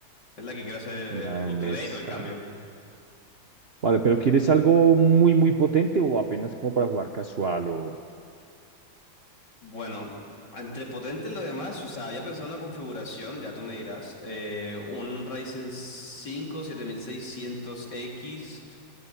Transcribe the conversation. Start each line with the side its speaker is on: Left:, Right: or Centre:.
Left: Es la que quiero hacer el,
Right: Una
Left: el upgrade
Right: mesa.
Left: o el cambio.
Right: Vale, pero ¿quieres algo muy, muy potente o apenas como para jugar casual o...
Left: Bueno, entre potente y lo demás, o sea, había pensado una configuración, ya tú me dirás, eh, un Ryzen 5 7600X,